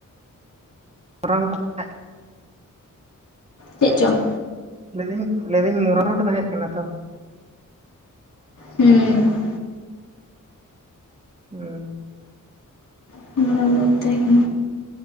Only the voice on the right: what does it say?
<unintelligible>
ᱞᱟᱹᱭ ᱫᱟᱹᱧ ᱞᱟᱹᱭ ᱮᱫᱟᱹᱧ ᱢᱩᱨᱟᱢ ᱨᱳᱰ ᱛᱟᱦᱮᱸᱜ ᱠᱟᱱᱟ ᱛᱚ
ᱦᱩᱸ